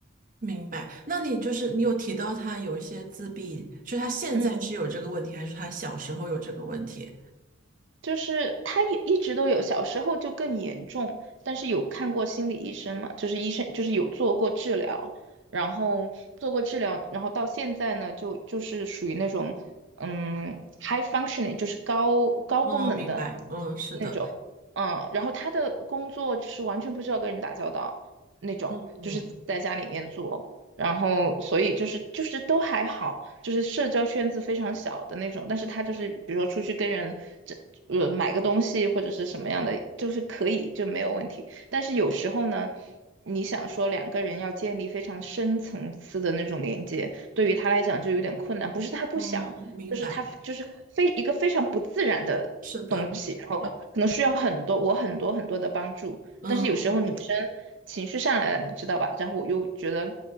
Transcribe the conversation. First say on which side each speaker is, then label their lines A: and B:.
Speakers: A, on the right; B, on the right.
A: 明白。那你就是你有提到他有一些自闭，是他现在是有这个问题，
B: 嗯
A: 还是他小时候有这个问题？
B: 就是他也一直都有，小时候就更严重，但是有看过心理医生嘛，就是医生就是有做过治疗，然后做过治疗，然后到现在呢，就就是属于那种嗯 high functioning，就是高高功能的
A: 哦，明白，嗯，是的。
B: 那种，嗯，然后他的工作就是完全不需要跟人打交道那种，
A: 嗯
B: 就是自己在家里面做。然后所以就是就是都还好，就是社交圈子非常小的那种，但是他就是比如说出去跟人这呃买个东西或者是什么样的，就是可以就没有问题。但是有时候呢，你想说两个人要建立非常深层次的那种连接，对于他来讲就有点困难，不是他不想，
A: 嗯，明白，
B: 就是他就是非一个非常不自然的。
A: 是的，
B: 东西，然后可能需要很多我很多很多的帮助，
A: 嗯
B: 但是有时候女生情绪上来了，你知道吧？然后我又觉得